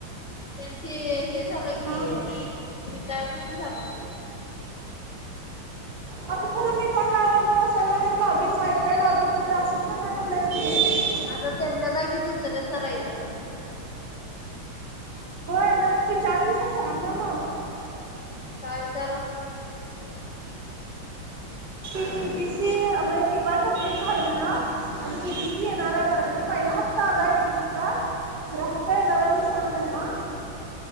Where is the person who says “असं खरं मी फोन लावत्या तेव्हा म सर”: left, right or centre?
Right